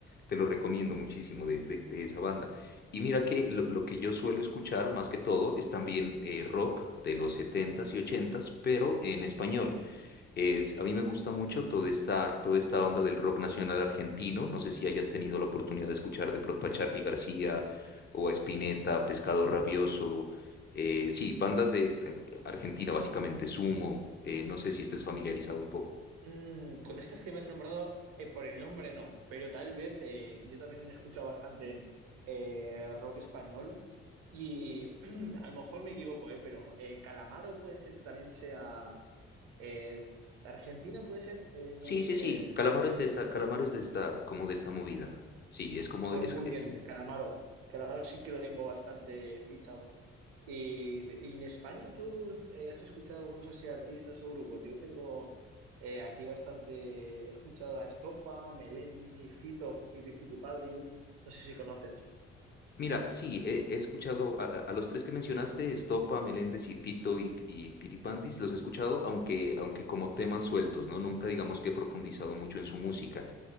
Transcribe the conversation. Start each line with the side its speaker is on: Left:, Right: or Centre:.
Left: te lo recomiendo muchísimo de, de- de esa banda. Y mira que lo, lo que yo suelo escuchar más que todo es también eh, rock de los setentas y ochentas, pero en español. Es, a mí me gusta mucho toda esta, toda esta onda del rock nacional argentino. No sé si hayas tenido la oportunidad de escuchar de pronto a Charly García o a Spinetta, Pescado Rabioso. eh, sí, bandas de eh, Argentina, básicamente Sumo. eh, no sé si estés familiarizado un poco.
Right: Mm, con estas que me has nombrado, eh, por el nombre no, pero tal vez eh, yo también he escuchado bastante eh, rock español y <clears throat> a lo mejor me equivoco, eh, pero eh, Calamaro puede ser que también sea eh, Argentina, puede ser, Eh, no
Left: Sí,
Right: lo sé,
Left: sí, sí. Calamaro
Right: ¿lo conoces?
Left: es de esta, Calamaro es de esta, como de esta movida. Sí, es como,
Right: Pues
Left: es,
Right: muy
Left: eh,
Right: bien, Calamaro. Calamaro sí que lo tengo bastante fichado. Y, de- y en España, ¿tú eh, has escuchado algunos así artistas o grupos? Yo tengo eh, aquí bastante, he escuchado a Estopa, Melendi, Fito, Fito y Fitipaldis, no sé si conoces.
Left: Mira, sí, he, he escuchado a, a- a los tres que mencionaste, Estopa, Meléndez y Fito y, y Fitipaldis,
Right: <clears throat>
Left: los he escuchado, aunque, aunque como temas sueltos, ¿no? Nunca digamos que he profundizado mucho en su música.